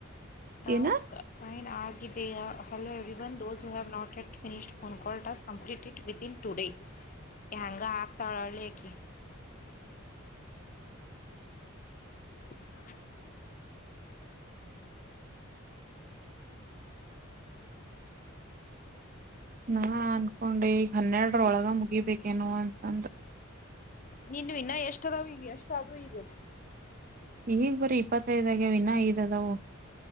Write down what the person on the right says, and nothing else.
ಏನ
ನಾ ಅನ್ಕೊಂಡೆ ಈಗ ಹನ್ನೆರಡ್ರೊಳಗ ಮುಗಿಬೇಕೇನು ಅಂತಂದ್.
ಈಗ್ ಬರೀ ಇಪ್ಪತ್ತೈದ ಆಗ್ಯಾವ್ ಇನ್ನ ಐದ ಅದಾವವು